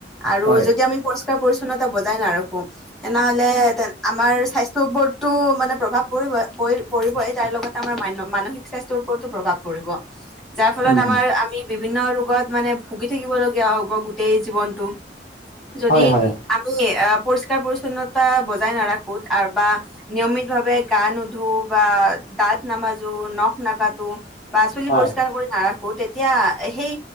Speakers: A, in the centre; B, on the left.
A: আৰু
B: হয়
A: যদি আমি পৰিষ্কাৰ, পৰিছন্নতা ব জাই নাৰাখোঁ, তেনেহলে আমাৰ স্বাস্থ্য সবো মানে প্ৰভাৱ পৰিব পৰি পৰিবই। তাৰ লগতে আমাৰ মানে মানসিক স্বাস্থ্যৰ ওপৰতো প্ৰভাৱ পৰিব। পৰিব। যাৰ ফলত
B: উম
A: আমাৰ আমি বিভিন্ন ৰোগত মানে, ভুগি থাকিব লগীয়া হ'ব গোটেই জীৱনটো। যদি
B: হয় হয়
A: আমি পৰিষ্কাৰ পৰি্ছন্নতা বজাই নাৰাখো বা নিয়মিত ভাৱে গা নোধো, বা দাঁত নামাজো, নখ নাকাটো, বা চুলি
B: হয়
A: পৰিষ্কাৰ কৰি নাৰাখো তেত তিয়া সেই